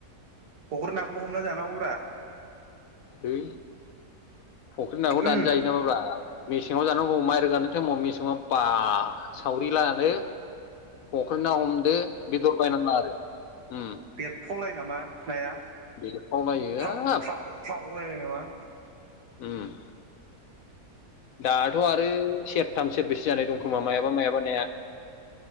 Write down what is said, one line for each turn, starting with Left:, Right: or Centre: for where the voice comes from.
Right: फख्रि नाखौबो हमना जानांगौब्रा
Left: है फख्रि नाखौ
Right: उम
Left: दानो जायो नामाब्रा मेसेङाव जानांगौ माइ रोगानाय टाइमाव मेसेङाव बा सावरि लादो फख्रि ना हमदो बेदर बायनाङा आरो उम
Right: बेरफलाय नामा नाया
Left: बेरफावलायो
Right: फ्राव
Left: हाब
Right: फ्राव <unintelligible>
Left: उम दाथ' आरो सेरथाम सेरबैसो जानाय दं खोमा मायाबा मायाबाानायनाया